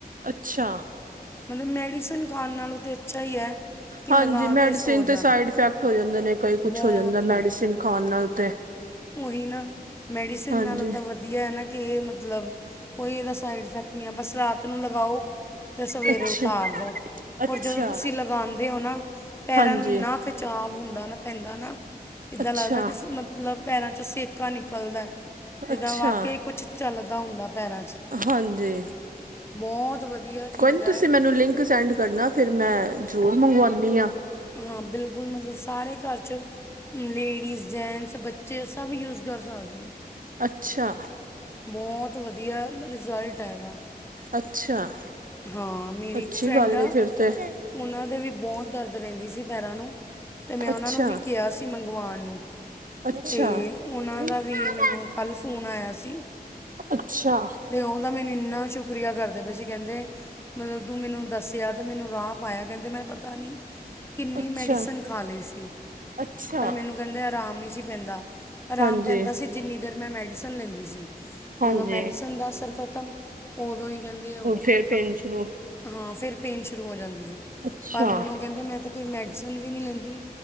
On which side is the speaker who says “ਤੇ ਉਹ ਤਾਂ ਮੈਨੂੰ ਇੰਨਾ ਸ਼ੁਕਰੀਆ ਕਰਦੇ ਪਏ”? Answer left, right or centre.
Left